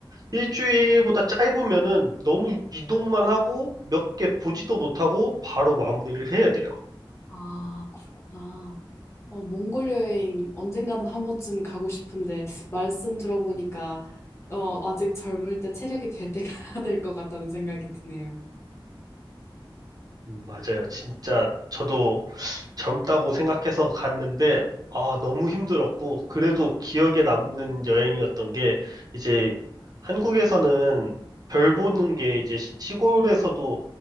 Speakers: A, on the right (about 45°); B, on the left (about 30°).
A: 일주일보다 짧으면은 너무 이동만 하고 몇 개 보지도 못하고 바로 마무리를 해야 돼요.
B: 아, 그렇구나. 어, 몽골 여행 언젠가는 한 번쯤 가고 싶은데, 말씀 들어보니까, 어, 아직 젊을 때 체력이 될 때 가야 <laughs> 될 것 같다는 생각이 드네요.
A: 음, 맞아요. 진짜 저도 젊다고 생각해서 갔는데, 아, 너무 힘들었고, 그래도 기억에 남는 여행이었던 게, 이제 한국에서는 별 보는 게 이제 시골에서도